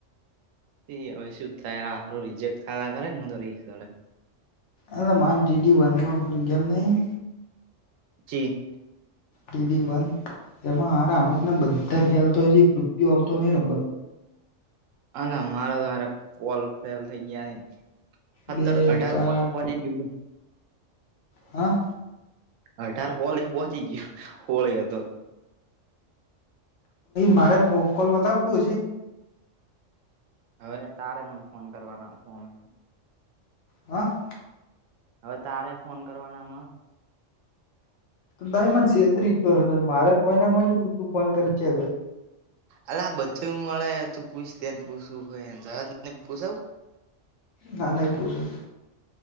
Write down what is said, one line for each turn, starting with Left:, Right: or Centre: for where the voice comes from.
Right: એ હવે શું થાયારું રિજેક્ટ થા કરે ને મ રડે
Left: એલે મા ડીડી વનમાંલ ગમ નહીં
Right: ચી
Left: દીદી વન એમાં હ આમ ના બધા ફેલતો છે કૃપયો આવતો નઈ રા
Right: હ ના મારા તો કોલ ફેલ થઈ ગયા ને હત્તર
Left: બે
Right: અઢાર
Left: ચાર
Right: પોવા જીવ
Left: હા.
Right: અઢાર કોલે પહોંચી ગયો હોળી હતો.
Left: મારે કોલ બતાવતું હજી.
Right: હવે તારે મને ફોન કરવાના ફમે.
Left: હાં
Right: હવે તારે ફોન કરવાના આમા
Left: તાય ન મને છેતરી હતો મારે કોઈ ના મ્યું તું તું ફોન કરી છે
Right: અલા આ બધું મળે તું પૂછ દેને પૂછવું હોય જત પૂછવ
Left: ના નાહી પૂછું